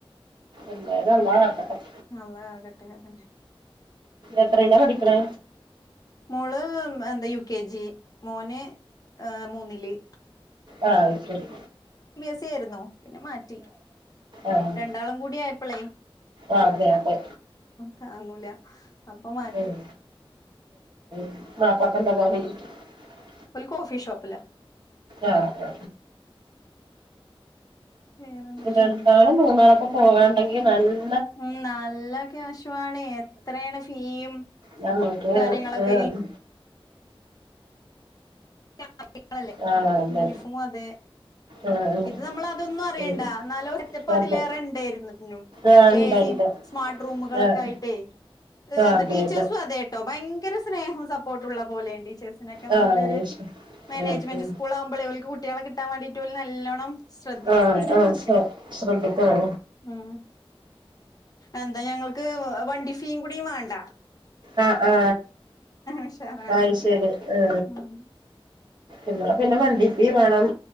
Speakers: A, on the right (about 50°); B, on the left (about 40°).
A: എല്ലാരും നല്ല കാകട്ടെ
B: നള്ളതാകട്ടെ അതന്നെ
A: എത്രയിലാ പഠിക്ക്ണേ
B: മോള് ഉം എന്താ യുകെജി മോന് ഏ മൂന്നില്
A: ആ അത്ശെരി
B: ച്ചേര്ന്നു പിന്നെ മാറ്റി
A: ആഹ്
B: രണ്ടാളും കൂടി ആയപ്പളെ
A: ആഹ് അതെ അതെ
B: താങ്ങൂല അപ്പൊ മാറ്റി
A: ഉം <unintelligible>
B: ഓൽ കോഫി ഷോപ്പ്ലാ
A: ആ അ
B: വേറെന്തൊക്കെ
A: രണ്ടാളും മൂന്നാളൊക്കെ പോകൻണ്ടെങ്കി <unintelligible>
B: ഉം നല്ല ക്യാഷുവാണെ എത്രയാണ് ഫീയും
A: ഞങ്ങക്ക്
B: കാര്യങ്ങളൊക്കെ
A: ആഹ്
B: ഇ <unintelligible>
A: ആഹ് അതെ
B: യൂണിഫോമു അതെ
A: ആഹ്
B: ഇത് നമ്മൾ അതൊന്നും അറിയണ്ട
A: ആഹ്
B: എന്നാലോ സെറ്റപ്പ്
A: അതെ
B: അതിലേറെ ഇണ്ടായധരുന്നുനും
A: ആഹ് ഇണ്ട്
B: ഏസിം
A: ഇണ്ട്
B: സ്മാർട്ട് റൂമുകളൊക്കെ
A: ആഹ്
B: ആയിട്ടേ എന്താ
A: അതെ
B: ടീച്ചേഴ്സും
A: അതെ
B: അതെട്ടോ ഭയ് ങ്കര സ്നേഹോം സപ്പോർട്ടുള്ള പോലെയ ടീച്ചേസ് നൊക്കെ നല്ലൊരു
A: ആഹ് ശരി
B: മാനേജ്മെന്റ് സ്കൂൾ ആകുമ്പളെ ഓൽക്ക് കുട്ടി കുട്ട്യാളെ കിട്ടാൻ വേണ്ടിട്ട് ഓല് നല്ലോണം ശ്രദ്ധിക്കും
A: ആ
B: കാര്യങ്ങളൊക്കെ
A: ആ ശ ശ്രദ്ധിക്കും
B: ഉം എന്താ ഞങ്ങൾക്ക് വണ്ടി ഫീയും കൂടി വാണ്ട
A: ആ ആ
B: ഉഷാറാണ്
A: അയി ശെരി ആ
B: ഉം
A: ഇവടെ പിന്നെ വണ്ടി ഫീ മാണം